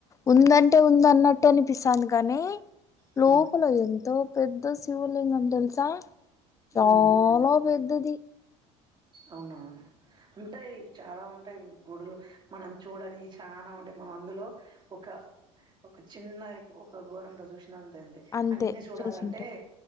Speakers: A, on the left; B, on the right.
A: ఉందంటే ఉందన్నట్టు అనిపిస్తాంది కానీ
B: హ్మ్
A: లోపల ఎంతో పెద్ద శివులింగం తెలుసా చాలా
B: హ్మ్
A: పెద్దది
B: అవునా ఉంటాయి చాలా ఉంటాయి గుడులు మనం చూడనియి చాలా ఉంటాయి మనం అందులో ఒక ఒక చిన్న ఒక గోరంత చూసినంత అయింది
A: అంతే
B: అన్ని సుడాలంటే
A: చూసుంటాం